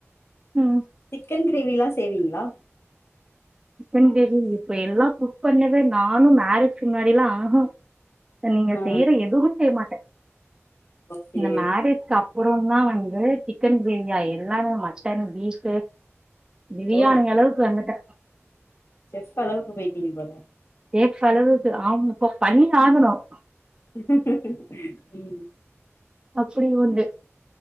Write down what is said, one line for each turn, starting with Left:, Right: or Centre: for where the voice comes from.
Right: ம்
Left: சிக்கன் கிரேவி எல்லாம் செய்வீங்களா
Right: சிக்கன் கிரேவி இப்ப எல்லாம் புக் பண்ணத நானும் மேரேஜ் முன்னாடியெல்லாம் உகூம் நீங்க
Left: ஆ
Right: செய்யற எதுமே செய்ய மாட்டேன்
Left: ஓகே
Right: இந்த மேரேஜ்சப் அப்புறம்தான் வந்து சிக்கன் கிரேவியா எல்லாமே மட்டன் பீஃப் பிரியாணி
Left: ஓ
Right: அளவுக்கு வந்துட்ட
Left: செஃப் அளவுக்கு போயிட்டீங்க போல
Right: சோஃப் அளவுக்கு ஆம் இப்ப பண்ணி ஆகணும்
Left: <inaudible> உம்
Right: அப்படி ஒண்டு